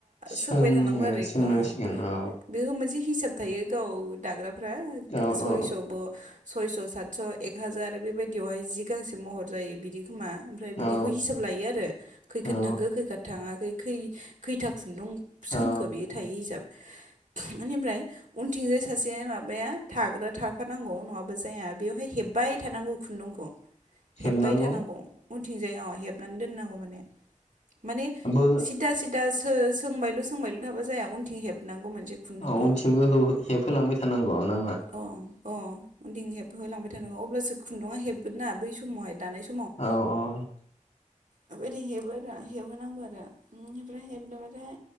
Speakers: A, on the left (about 65°); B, on the right (about 80°).
A: सोंनो
B: सोंबाय थानांगौ आरो बेखौ
A: सोंनांसिगोन
B: आं
A: औ
B: बेखौ मोनसे हिसाब थायो गाव दाग्रा ओमफ्राय
A: औ
B: सयस'बो'
A: औ
B: सयस' सातस' एक हाजार बेबायदियावहाय जि गांसे महर जायो बिदिखोमा ओमफ्राय बिदिखौ
A: औ
B: हिसाब लायो आरो खैखार
A: औ
B: थांखो खैखार थाङाखै खैथो खुन्दुं सोंखो
A: औ
B: बेयो थायो हिसाबै बेनिमफ्राय उनथिंजाय सासे माबाया थाग्रा थाफानांगौ नङाबा जाया बेवहाय हेब्बाय थानांगौ खुन्दुंखौ
A: हेबनांगौ
B: हेब्बाय थानांगौ उनथिंजाय अ हेबनानै दोननांगौ माने माने
A: बो
B: सिदा सिदा सो सोंबायल' सोंबायल' थाबा जाया उनथिं हेबनांगौ मोनसे खुन्दुंखौ
A: औ उनथिंबो हेबहोलांबाय थानांगौ न
B: अ अ उ दिं हेबहोलांबाय थानांगौ अब्लासो खुन्दुङा हेगोना बै समावहाय दानाय सम
A: औ औ
B: बेबायदि हेबो आरो हेबहोनांगौ आरो ओमफ्राय हेबदोंबाथाय